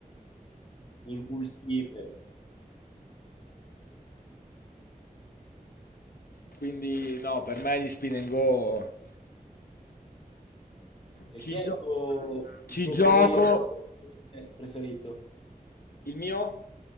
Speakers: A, on the left; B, on the left.
A: impulsive.
B: Quindi no, per me gli spin and go...
A: E
B: Ci,
A: chi è
B: gio-
A: il tuo, il
B: ci
A: tuo
B: gioco...
A: player profe- preferito?
B: Il mio?